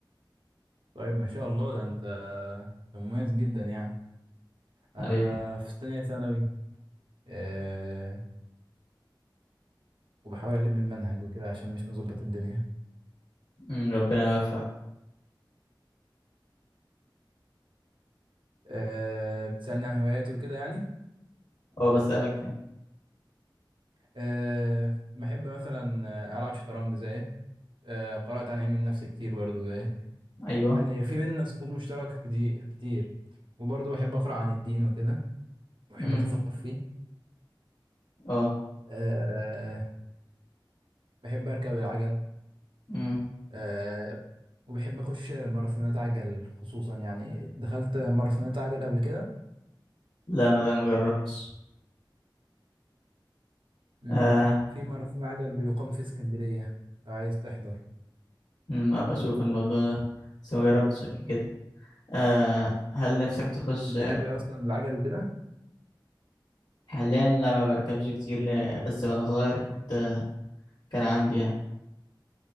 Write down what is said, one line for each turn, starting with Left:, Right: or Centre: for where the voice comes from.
Right: طيب ما شاء الله ده انت انت مميز جدا يعني انا
Left: حبيبي
Right: في تانية ثانوي أه... وبحاول ألم المنهج وكده عشان مش مظبط الدنيا
Left: أمم، ربنا يوفقك
Right: آه، بتسألني عن هواياتي وكده يعني
Left: أه بسألك يعني.
Right: آه، بحب مثلا آه، ألعب شطرنج زيك آه، قرأت عن علم النفس كتير برضو زيك
Left: أيوه
Right: يعني في بيننا صفوف مشتركة كتير كتير وبرضو بحب أقرأ عن الدين وكده وبحب
Left: أمم،
Right: أتثقف فيه
Left: أه
Right: آه، بحب أركب العجل
Left: أمم.
Right: آه، وبحب أخش ماراثونات عجل خصوصا يعني دخلت ماراثونات عجل قبل كده
Left: لا ما ده ما جربتش
Right: مم.
Left: آه
Right: في ماراثون عجل بيقام في اسكندرية لو عايز تحضر
Left: أمم، أبقى أشوف الموضوع ده بس ما جربتش قبل كده آه هل نفسك تخش
Right: أنت هاوي أصلا العجل كده
Left: حاليا لا ما بركبش كتير لا بس وانا صغير كنت كان عندي يعني